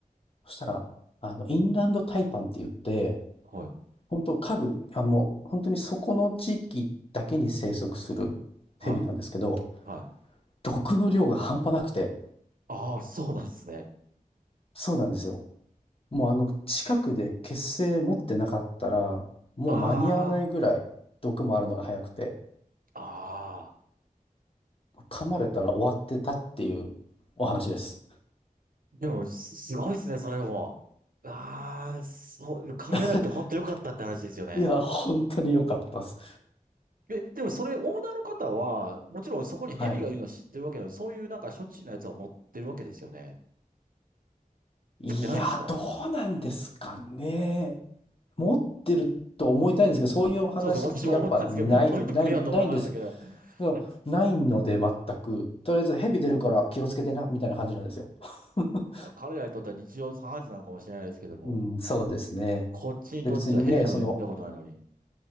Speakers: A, on the left (about 40°); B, on the right (about 70°).
A: そしたら、あの、インランドタイパンって言って、
B: はい。はい。はい。
A: 本当家具、あ、もう本当にそこの地域だけに生息する蛇なんですけど、
B: はい。はい。はい
A: 毒の量が半端なくて、
B: ああ、そうなんですね。
A: そうなんですよ。もうあの、近くで血清持ってなかったら、もう間に合わないぐらい毒もあるのが早くて、
B: ああ、ああ。
A: 噛まれたら終わってたっていうお話です。
B: でも、すすごいですね、それも。ああ、そう、噛まれなくて本当よかったって話ですよね。
A: <laughs> いや、本当に良かったです。
B: え、でもそれ、オーナーの方は、もちろんそこに蛇がいるのを知ってるわけでそういうなんか処置のやつを持ってるわけですよね。
A: はい。いや、
B: 持ってないんですか
A: どうなんですかね。持ってると思いたいんですけど、そういうお話ってやっぱない、
B: そうですよ。私も思ったんですけど、持っといてくれよと思いましたけど。
A: ない、ないんです。
B: <laughs>
A: うんないので全く、とりあえず蛇出るから気をつけてな、みたいな感じなんですよ。<laughs>
B: 彼らにとっては日常茶飯事なのかもしれないですけども、
A: うん、そうですね。
B: こっちにとっちゃ蛇の見たことないのに。
A: で、別にね、その、